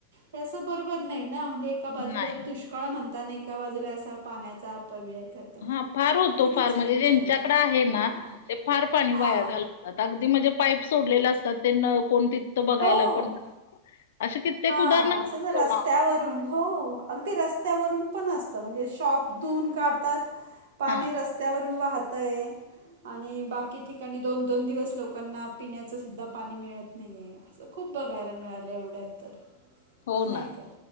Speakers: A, on the right (about 80°); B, on the left (about 80°).
A: हे असं बरोबर नाही ना? म्हणजे एका बाजूला,
B: नाही
A: दुष काळ म्हणता, अन एका बाजूला असा पाण्याचा अपव्यय करतात
B: हां, फार होतो
A: ते किती
B: फार,
A: चुकीचं
B: म्हणजे ज्यांच्याकडे आहे ना,
A: हां
B: ते फार पाणी
A: हां
B: वाया घाल आता अगदी म्हणजे, पाईप सोडलेले असतात. ते नळ कोण तिथं बघायला
A: हो
B: पण असे कित्येक
A: हां,
B: उदाहरणं, बघतो
A: असं जर रस्त्यावरून
B: ना आपण.
A: हो, अगदी रस्त्यावरून पण असतं. म्हणजे शॉप धुवून काढतात, पाणी
B: हा
A: रस्त त्यावरून वाहतंय. आणि बाकी ठिकाणी, दोन-दोन दिवस लोकांना पिण्या च सुद्धा पाणी मिळत नाहीये. असं खूप बघायला मिळालं, एवढ्यात तर.
B: हो, ना.
A: नाही का?